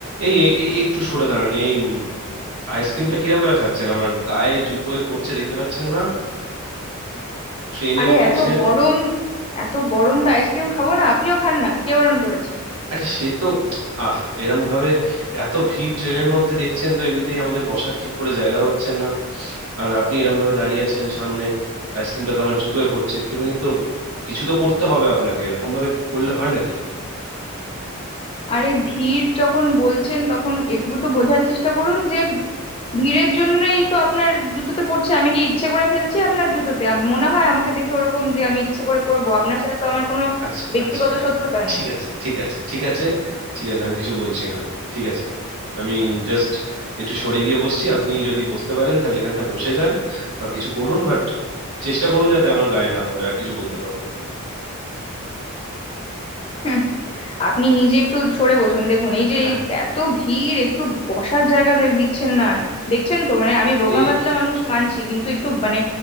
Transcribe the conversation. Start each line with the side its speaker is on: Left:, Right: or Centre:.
Right: এই এই এই একটু সরে দাঁড়ান এই আইসক্রিমটা কিরম ভাবে খাচ্ছেন আমার গায়ে জুতোয় পড়ছে দেখতে পাচ্ছেন না ট্রেনে
Left: আরে
Right: উঠেছেন
Left: এত গরম এত গরম তো আইসক্রিম খাবো না আপনিও খান না কে বারণ করেছে
Right: আরে সে তো আহ এরম ভাবে এত ভিড় ট্রেনের মধ্যে দেখছেন তো এমনিতেই আমাদের বসার ঠিক করে জায়গা হচ্ছে না আর আপনি এরম ভাবে দাঁড়িয়ে আছেন সামনে আইসক্রিমটা তো আমার জুতোয় পড়ছে একটুখানি তো কিছু তো করতে হবে আপনাকে এরকম ভাবে করলে হয় নাকি
Left: আরে ভিড় যখন বলছেন তখন এটুকু তো বোঝার চেষ্টা করুন যে ভিড়ের জন্যই তো আপনার জুতোতে পড়ছে আমি কি ইচ্ছে করে ফেলছি আপনার জুতোতে আম- মনে হয় আমাকে দেখে ওরকম যে আমি ইচ্ছে করে করব আপনার সাথে তো আমার কোনো
Right: আচ্ছা
Left: ব্যক্তিগত
Right: আচ্ছা
Left: শত্রুতা নেই
Right: ঠিক আছে ঠিক আছে ঠিক আছে ঠিক আছে আমি কিছু বলছি না ঠিক আছে আমি জাস্ট একটু সরে গিয়ে বসছি আপনি যদি বসতে পারেন তাহলে এখানটা বসে যান বা কিছু করুন বাট চেষ্টা করুন যাতে আমার গায়ে না পড়ে আর কিছু বলতে পারবো না
Left: হুম, আপনি নিজে একটু সরে বসুন দেখুন এই যে
Right: হ্যাঁ
Left: এই এত ভিড় একটু বসার জায়গা দে- দিচ্ছেন না দেখছেন তো মানে আমি রোগা
Right: এই
Left: পাতলা
Right: তো
Left: মানুষ মানছি কিন্তু একটু মানে